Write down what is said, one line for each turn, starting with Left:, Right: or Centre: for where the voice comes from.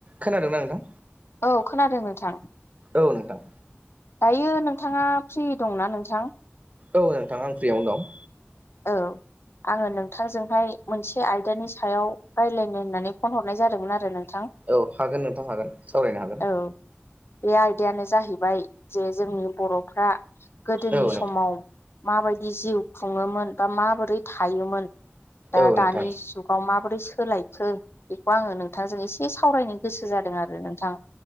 Right: खोनादोंना नोंथां?
Left: औ खोनादों नोंथां।
Right: औ नोंथां।
Left: दायो नोंथाङा फ्रि दंना नोंथां?
Right: औ नोंथाङा आं फ्रियावनो दं।
Left: औ आङो नोंथांजोंहाय मोनसे आयदानि सायाव रायलाय नो‌ होननानै फन हरनाय जादोंमोन आरो नों
Right: औ हागोन नोंथां हागोन सावरायनो हागोन।
Left: औ बे आयदायानो जाहैबाय जे जोंनि बर'फ्रा गोदोनि
Right: औ
Left: समाव
Right: नोंथां
Left: माबायदि जिउ खुङोमोन बा माबोरै थायोमोन दा
Right: औ
Left: दानि
Right: नोंथां
Left: जुगाव मा माबोरै सोलायखो बेखौ आङो नोंथांजों एसे सावरायनो गोसो जादों आरो नोंथां।